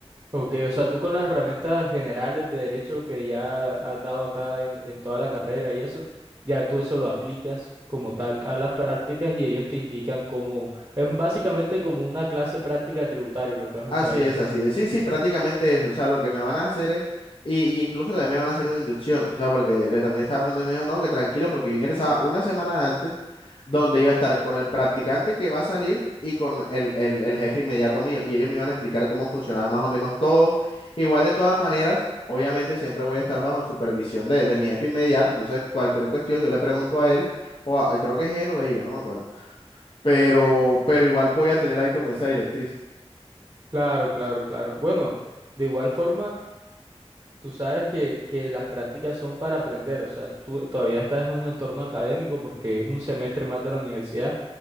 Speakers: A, on the right; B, on the left.
A: Ok, o sea, tú con las herramientas generales de derecho que ya has dado acá en, en toda la carrera y eso, ya tú eso lo aplicas como tal a las prácticas y ellos te indican cómo, es básicamente como una clase práctica tributaria lo que vas a
B: Así
A: hacer allá.
B: es, así es. Sí, sí, prácticamente eso. O sea, lo que me van a hacer es, y, y incluso también me van a hacer una inducción. O sea, porque le también estaba preguntando y me dijo, no, que tranquilo, porque yo ingresaba una semana antes, donde iba a estar con el practicante que va a salir y con el, el, el jefe inmediato mío. Y ellos me iban a explicar cómo funcionaba más o menos todo. Igual de todas maneras, obviamente siempre voy a estar bajo supervisión de, de mi jefe inmediato. Entonces, cualquier cuestión, yo le pregunto a él, o a- creo que es él o ella, no me acuerdo. Pero, pero igual voy a tener ahí como esa directriz.
A: Claro, claro, claro. Bueno. De igual forma, Tú sabes que, que las prácticas son para aprender, o sea, tú todavía estás en un entorno académico porque es un semestre más de la universidad